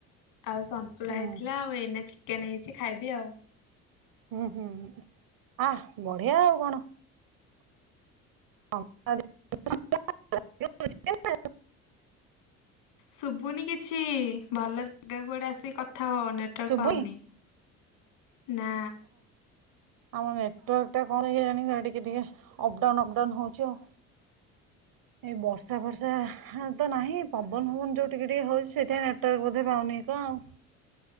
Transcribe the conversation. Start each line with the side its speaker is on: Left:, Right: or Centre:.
Left: ଆଉ ସନ୍ତୁଳା
Right: ହୁଁ
Left: ହେଇଥିଲା ଆଉ ଏଇନା। ଚିକେନ ହେଇଛି ଖାଇବି ଆଉ।
Right: ହୁଁ ହୁଁ ଆ ବଢିଆ ଆଉ କଣ। <unintelligible>
Left: ଶୁଭୁନି କିଛି ଭଲ ଜାଗା କୁ ଗୋଟେ ଆସିକି କ ଥା ହୁଅ ନେଟୱାର୍କ
Right: ଶୁଭୁନି
Left: ପାଉନି। ନା
Right: ଆମର ନେଟାର୍ ଟା କଣ ହେଇାଣି ଟିକେ ଟିକେ ଅପଡାଉନ ଅପଡାଉ ହଉଛି ଆଉ ଏଇ ବର୍ଷା ଫର୍ଷା ତ ନାହିଁ ପବନ ପବନ ଯୋଉ ଟିକେ ଟିକେ ହଉଛି ସେଠା ନେଟାର୍ ବୋଧେ ପାଉନି କଣ ଆଉ